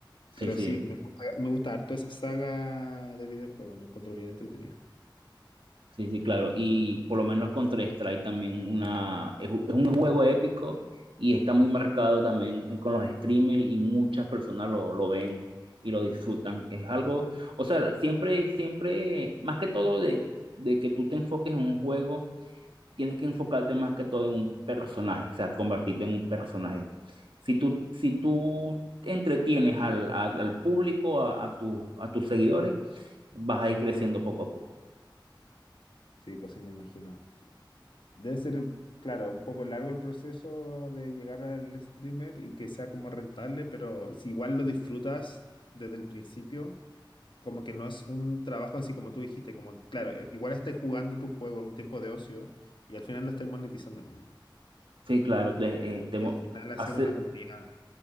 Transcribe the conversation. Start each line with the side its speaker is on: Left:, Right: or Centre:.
Right: Sí,
Left: Pero
Right: sí,
Left: sí, me gusta, me gusta harto esa saga de videojuegos. Lo encuentro bien entretenido.
Right: sí, sí, claro. Y por lo menos Counter-Strike también una, es, u- es un juego épico y está muy marcado también en- con los streamers y muchas personas lo, lo ven y lo disfrutan. Es algo, o sea, siempre, siempre, más que todo de, de que tú te enfoques en un juego, tienes que enfocarte más que todo en un personaje, o sea, convertirte en un personaje. Si tú, si tú entretienes al, al- al público, a, a tu- a tus seguidores, vas a ir creciendo poco a poco.
Left: Sí, pues sí, me imagino. sí. Debe ser, claro, un poco largo el proceso de llegar al streamer y que sea como rentable, pero si igual lo disfrutas desde el principio, como que no es un trabajo así como tú dijiste, como, claro, eh, igual estáis jugando tu juego, es un tiempo de ocio, y al final lo estáis monetizando nomás.
Right: Sí, claro, te-
Left: Y,
Right: eh, te
Left: y
Right: mo-
Left: al final haces
Right: hace,
Left: una comunidad.